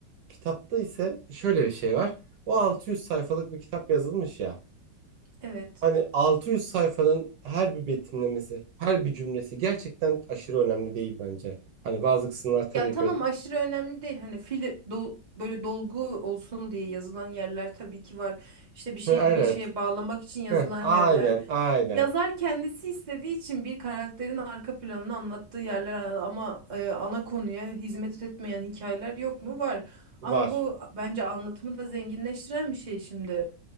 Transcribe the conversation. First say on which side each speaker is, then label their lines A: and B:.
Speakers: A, on the right (about 70°); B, on the right (about 25°).
A: Kitapta ise şöyle bir şey var. O 600 sayfalık bir kitap yazılmış ya.
B: Evet.
A: Hani 600 sayfanın her bir betimlemesi, her bir cümlesi gerçekten aşırı önemli değil bence. Hani bazı kısımlar tabii
B: Ya tamam
A: ki öyle.
B: aşırı önemli değil. Hani fil dol- böyle dolgu olsun diye yazılan yerler tabii ki var. İşte
A: <laughs>
B: bir şey
A: Evet.
B: bir şeye bağlamak için yazılan
A: Hı, aynen,
B: yerler.
A: aynen.
B: Yazar kendisi istediği için bir karakterin arka planını anlattığı yerler ama e, ana konuya hizmet etmeyen hikayeler yok mu? Var.
A: Var.
B: Ama bu bence anlatımı da zenginleştiren bir şey şimdi.